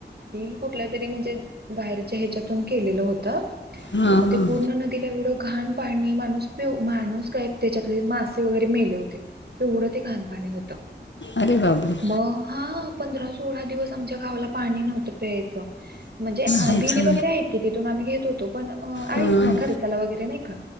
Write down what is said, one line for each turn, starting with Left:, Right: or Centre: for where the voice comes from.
Right: ते कुठल्या तरी म्हणजे बाहेरच्या ह्याच्यातून केलेलं होतं.
Left: हां
Right: हो
Left: हां
Right: ते पूर्ण नदीला एवढं घाण पाणी माणूस प माणूस काय त्याच्यातले मासे वगैरे मेले होते तेवढं ते घाण पाणी होत
Left: अरे बापरे
Right: मग हा पंधरा सोळा दिवस आमच्या गावाला पाणी नव्हतं पियाच म्हणजे
Left: अच्छा
Right: विहिरी वगैरे आहेत. की तिथून आम्ही घेत होतो पण आहेच
Left: हां
Right: ना खर्चाला वगैरे नाही का